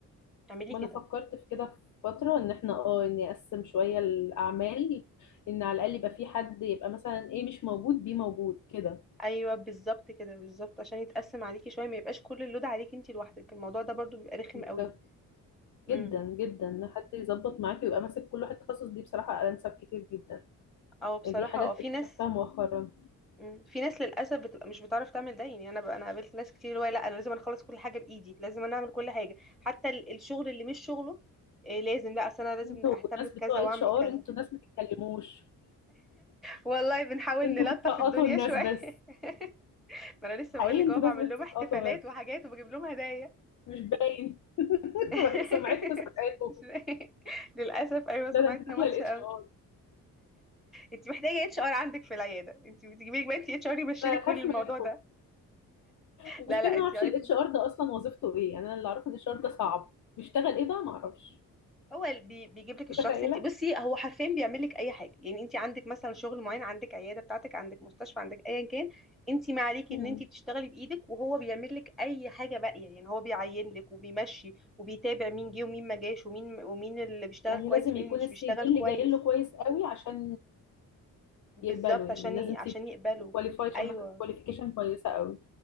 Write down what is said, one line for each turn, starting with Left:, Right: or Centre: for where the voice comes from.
Centre: اعملي
Left: ما
Centre: كده
Left: انا فكرت في كده في فتره ان احنا اه اني اقسم شويه الاعمال ان على الاقل يبقى في حد يبقى مثلا ايه مش موجود بيه موجود كده
Centre: ايوه بالظبط كده بالظبط عشان يتقسم عليكي شويه ما يبقاش كل اللود عليكي انت لوحدك الموضوع ده برضو بيبقى رخم
Left: بالظبط.
Centre: قوي امم
Left: جدا جدا إن حد يظبط معاك ويبقى ماسك كل واحد تخصص دي بصراحه انسب كتير جدا
Centre: اه بصراحه
Left: يعني دي حاجات
Centre: اه في
Left: اكتشفتها
Centre: ناس
Left: مؤخرا
Centre: مم. في ناس للاسف بتبقى مش بتعرف تعمل ده يعني انا ب... انا قابلت ناس كتير اللي هو لا انا لازم اخلص كل حاجه بايدي لازم انا اعمل كل حاجه حتى ال- الشغل اللي مش شغله إيه لازم لا اصل انا لازم
Left: انتوا
Centre: اهتم
Left: الناس
Centre: بكذا
Left: بتوع
Centre: واعمل
Left: اتش ار
Centre: كذا
Left: انتوا ناس ما تتكلموش
Centre: والله بنحاول نلطف
Left: انتوا بتسقطوا
Centre: الدنيا
Left: الناس
Centre: شويه
Left: بس
Centre: <laughs> ما انا لسه
Left: حقيقي
Centre: بقول لك
Left: انتوا
Centre: اهو بعمل
Left: ناس بتسقطوا
Centre: لهم احتفالات وحاجات وبجيب لهم هدايا
Left: مش باين <laughs>
Centre: <laughs>
Left: سمعتكم سابقاكم
Centre: مش- للاسف ايوه سمعتنا
Left: لا ده انت داخله
Centre: وحشه
Left: الاتش ار
Centre: انت محتاجه اتش ار عندك في العياده انت بتجيبي لك بقى انت اتش ار يمشي
Left: انا
Centre: لك
Left: اخاف
Centre: كل الموضوع
Left: منكم
Centre: ده
Left: المشكله
Centre: لا لا
Left: إن انا ما
Centre: انت
Left: اعرفش
Centre: عيب
Left: الاتش
Centre: انت
Left: ار ده اصلا وظيفته ايه يعني انا اللي اعرفه ان الاتش ار ده صعب بيشتغل ايه بقى ما اعرفش
Centre: هو ال- بي- بيجيب لك الشخص
Left: متخيله
Centre: انت بصي هو حرفيا بيعمل لك اي حاجه يعني انت عندك مثلا شغل معين عندك عياده بتاعتك عندك مستشفى عندك ايا كان انت ما عليكي
Left: مم.
Centre: ان انت تشتغلي بايدك وهو بيعمل لك اي حاجه باقيه يعني هو بيعين لك وبيمشي وبيتابع مين جه ومين ما جاش ومين ومين اللي بيشتغل
Left: يعني
Centre: كويس
Left: لازم
Centre: ومين
Left: يكون
Centre: اللي مش
Left: السي
Centre: بيشتغل
Left: في
Centre: كويس
Left: اللي جاي له كويس قوي عشان
Centre: بالظبط
Left: يقبله يعني
Centre: عشان
Left: لازم
Centre: ي- عشان
Left: سي في
Centre: يقبله
Left: كواليفيكيشن
Centre: ايوه
Left: كواليفيكيشن كويسه قوي